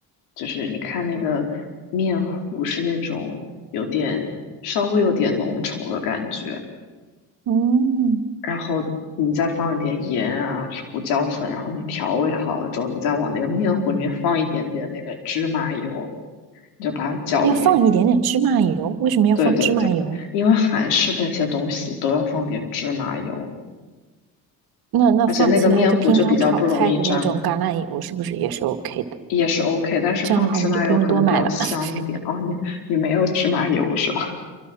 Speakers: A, on the left; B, on the right.
A: 就是你看那个面糊是那种有点稍微有点浓稠的感觉，
B: 嗯，
A: 然后你再放一点盐啊、胡椒粉，然后你调味好了之后，你再往那个面糊里面放一点点那个芝麻油，你就把它搅匀。
B: 要放一点点芝麻油，为什么要放芝麻油？
A: 对对对，因为韩式的那些东西都要放点芝麻油。
B: 那那放其他就平常炒菜的那种橄榄油是不是也是
A: 而且那个面糊就比较不容易粘，
B: OK 的？
A: 也是 OK，但是放芝麻油可能比较香点。
B: 这样的话我们就不用多买了。<laughs>
A: 哦，你你没有芝麻油是吧？